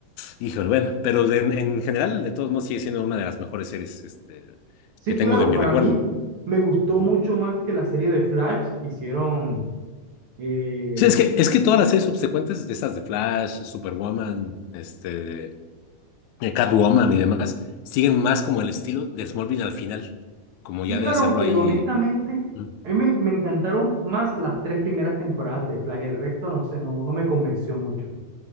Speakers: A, on the left; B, on the right.
A: Híjole, bueno, pero de- en general, de todos modos, sigue siendo una de las mejores series este,
B: Sí,
A: que tengo
B: claro,
A: de mi
B: para
A: recuerdo.
B: mí me gustó mucho más que la serie de Flash que hicieron. eh,
A: Sí, es que, es que todas las series subsecuentes, de esas de Flash, Superwoman, este, de Catwoman y demás, siguen más como el estilo de Smallville al final, como
B: Sí,
A: ya
B: claro,
A: de hacerlo
B: aunque
A: ahí.
B: honestamente
A: Mm.
B: a mí me, me encantaron más las tres primeras temporadas de Flash, el resto no sé, no, no me convenció mucho.